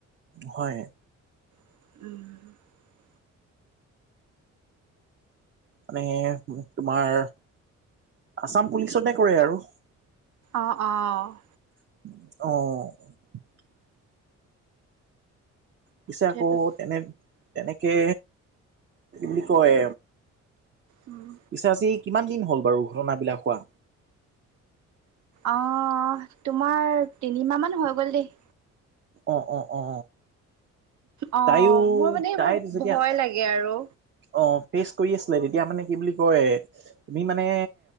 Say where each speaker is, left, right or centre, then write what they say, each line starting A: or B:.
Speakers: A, on the right; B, on the right.
A: হয়
B: উম
A: মানে তোমাৰ আছাম পুলিচতে কৰে আৰু
B: অঁ অঁ
A: অহ পিছে
B: তাৰপিছ
A: আকৌ তেনে তেনেকে কি কয়।
B: উম,
A: পিছে আজি কিমান দিন হ'ল বাৰু ঘটনাবিলাক হোৱা।
B: আ অ তোমাৰ তিনিমাহ মান হৈ গ'ল দেই।
A: অ অ অ
B: অ',
A: তাইও
B: মোৰ মানে এইবোৰ
A: তাই যেতিয়া
B: ভয় লাগে আৰু।
A: অ পেইচ কৰি আছিলে তেতিয়া মানে কি বুলি কয় তুমি মানে